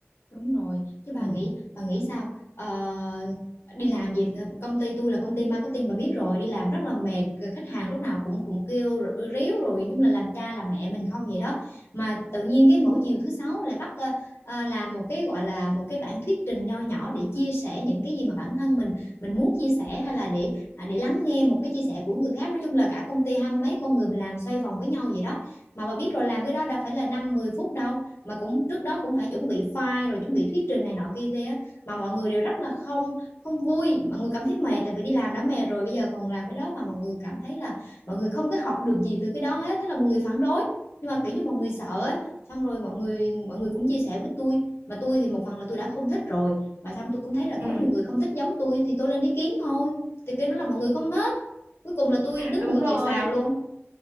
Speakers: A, on the left (about 65°); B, on the right (about 60°).
A: Đúng rồi, chứ
B: ừ.
A: bà nghĩ bà nghĩ sao? Ờ, đi làm gì công ty tôi là công ty marketing bà biết rồi, đi làm rất là mệt, rồi khách hàng lúc nào cũng cũng kêu rồi- ríu rồi, nói chung là làm cha làm mẹ mình không vậy đó. Mà tự nhiên cái mỗi chiều thứ sáu lại bắt ờ, ờ, làm một cái gọi là một cái bản thuyết trình nho nhỏ để chia sẻ những cái gì mà bản thân mình mình muốn chia sẻ hay là để à, để lắng nghe một cái chia sẻ của người khác. Nói chung là cả công ty hai mươi mấy con người mình làm xoay vòng với nhau vậy đó. Mà bà biết rồi làm cái đó đâu phải là năm 10 phút đâu mà cũng trước đó cũng phải chuẩn bị file rồi chuẩn bị thuyết trình này nọ kia kia á mà mọi người đều rất là không không vui mọi người cảm thấy mệt tại vì đi làm đã mệt rồi bây giờ còn làm cái đó và mọi người cảm thấy là mọi người không có học được gì từ cái đó hết thế là mọi người phản đối nhưng mà kiểu như mọi người sợ xong rồi mọi người mọi người cũng chia sẻ với tôi mà tôi thì một phần là tôi đã không thích rồi mà xong tôi cũng thấy là
B: ừ
A: có nhiều người không thích giống tôi thì tôi lên ý kiến thôi thì cái đó là mọi người không thích cuối cùng là tôi đứng
B: đúng
A: mũi
B: rồi
A: chịu sào luôn